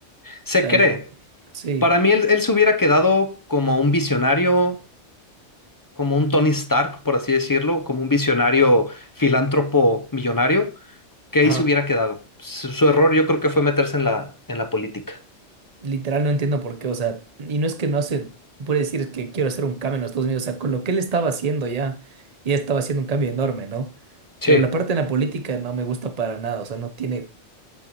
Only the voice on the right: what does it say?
O sea,
él, sí,
ajá,
literal no entiendo por qué, o sea, y no es que no hace, puede decir que quiero hacer un cambio en los Estados Unidos, o sea, con lo que él estaba haciendo ya, ya estaba haciendo un cambio enorme, ¿no?
Pero la parte en la política no me gusta para nada, o sea, no tiene,